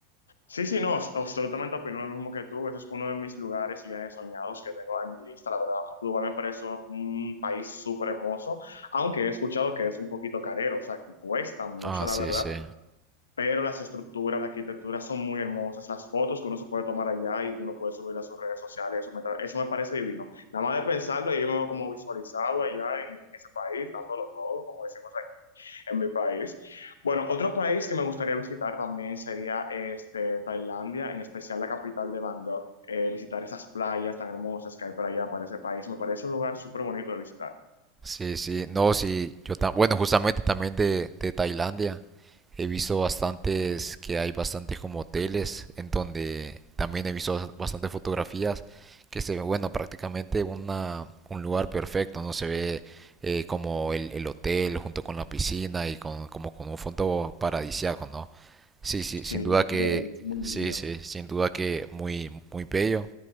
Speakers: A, on the left (about 75°); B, on the right (about 15°).
A: Sí, sí, no, abs- absolutamente opino lo mismo que tú. Ese es uno de mis lugares y viajes soñados que tengo en mi lista. La verdad, Cuba me parece un país súper hermoso, aunque he escuchado que es un poquito carero, o sea, que cuesta mucho,
B: Ah,
A: la
B: sí,
A: verdad.
B: sí.
A: pero las estructuras, la arquitectura son muy hermosas, las fotos que uno se puede tomar allá y uno puede subir a sus redes sociales, eso me, tra- eso me parece divino. Nada más de pensarlo, y yo me veo como visualizado allá en, en, ese país, dándolo todo, como decimos aquí en mi país. Bueno, otro país que me gustaría visitar también sería este, Tailandia, en especial la capital de Bangkok. Eh, visitar esas playas tan hermosas que hay para allá, para ese país, me parece un lugar súper bonito de visitar.
B: Sí, sí. No, sí, yo tam- bueno, justamente también de, de Tailandia. He visto bastantes, que hay bastantes como hoteles en donde también he visto bastantes fotografías que se ve, bueno, prácticamente una, un lugar perfecto, ¿no? Se ve eh, como el, el hotel junto con la piscina y con, como con un fondo paradisiaco, ¿no? Sí, sí, sin
A: Sí,
B: duda que,
A: bello, muy
B: sí,
A: bello.
B: sí, sin duda que muy, muy bello.